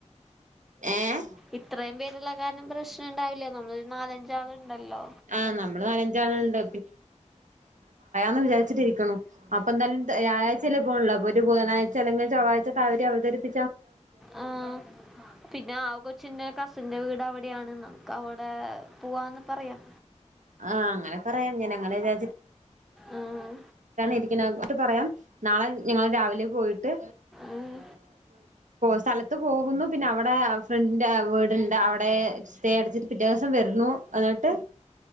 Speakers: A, on the right; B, in the centre.
A: ഏഹ്
B: ഇത്രയും പേരുള്ള കാരണം പ്രശ്നം ഉണ്ടാവില്ല ല്ല നമ്മളരു നാലഞ്ചാ ഉണ്ടല്ലോ
A: ആഹ് നമ്മള് നാലഞ്ചാളുണ്ട് വിചാരിച്ചിരിക്കുന്നു അപ്പൊ എന്തായാലും വിചാരിച്ചിട്ടിരിക്കുണ് അപ്പോൊ ഒരു ബുധനാഴ്ച അെങ്കിൽ ചൊവ്വാഴച അവരി അവതരിപ്പ
B: ആ പിന്നെ ആ കൊച്ചിന്റെ കസന്റെ വീട് അവിടെയാണ് നമുക്ക് അവിടെ പോവാന്ന് പറയാം
A: ആഹ അങ്ങനെ പറയാം ഞാൻ അങ്ങനെ വിചി
B: ആഹ
A: ഇരിക്കങ്ങോട്ട് പറയാം നാളെ ഞങ്ങള്ൾ രാവിലെ പോയിട്ട്
B: ഉം.
A: സ്ഥലത്ത് പോകുന്നു പിന്നെ അവിടെ ഫ്രണ്ട് വീടുണ്ട് അവിടെ സ്റ്റേ അടിച്ചിട്ട് പിറ്റേ ദിവസം വരുന്നു എന്നിട്ട്